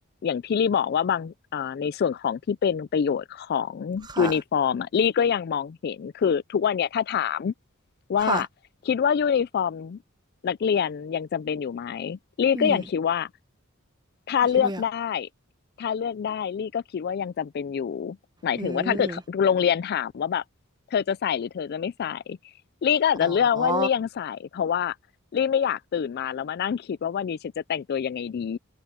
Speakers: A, on the left; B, on the right.
A: อย่างที่ลี่บอกว่าบางเอ่อในส่วนของที่เป็นประโยชน์ของยูนิฟอร์มอะลี่ก็ยังมองเห็นคือทุกวันเนี่ยถ้าถาม
B: ค่ะ
A: ว่า
B: ค่ะ
A: คิดว่ายูนิฟอร์มนักเรียนยังจำเป็นอยู่ไหมลี่ก็ยังคิดว่า
B: อืม
A: ถ้าเลือกได้
B: ก็คิดไปอย่าง
A: ถ้าเลือกได้ลี่ก็คิดว่ายังจำเป็นอยู่หมายถึงว่าถ้าเกิดโรงเรียนถามว่าแบบเธอจะใส่หรือเธอจะไม่ใส่
B: อืม
A: ลี่ก็อาจจะเลือกว่าลี่ยังใส่เพราะว่า
B: อ๋อ
A: ลี่ไม่อยากตื่นมาแล้วมานั่งคิดว่าวันนี้ฉันจะแต่งตัวยังไงดี